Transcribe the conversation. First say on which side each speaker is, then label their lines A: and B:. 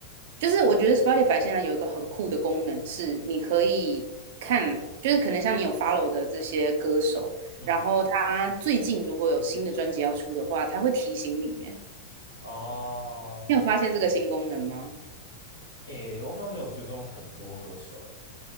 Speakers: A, on the right; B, on the left.
A: 就是我觉得 Spotify 现在有一个很酷的功能，是你可以看，就是可能像你有 follow 的这些歌手，
B: 嗯
A: 然后他最近如果有新的专辑要出的话，他会提醒你耶。
B: 哦。
A: 你有发现这个新功能吗？
B: 诶，我好像没有追踪很多歌手，诶，